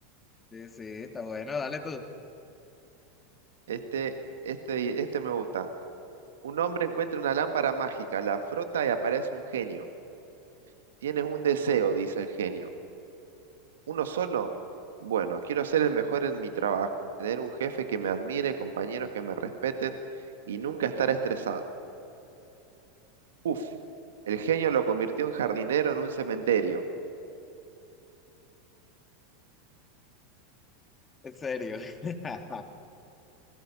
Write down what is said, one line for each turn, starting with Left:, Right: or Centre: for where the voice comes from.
Left: Sí, sí, está bueno, dale tú.
Right: Este, este, este me gusta. Un hombre encuentra una lámpara mágica, la frota y aparece un genio. Tienes un deseo, dice el genio. ¿Uno solo? Bueno, quiero ser el mejor en mi trabajo, tener un jefe que me admire, compañeros que me respeten y nunca estar estresado. Uf, el genio lo convirtió en jardinero en un cementerio.
Left: En serio. <laughs>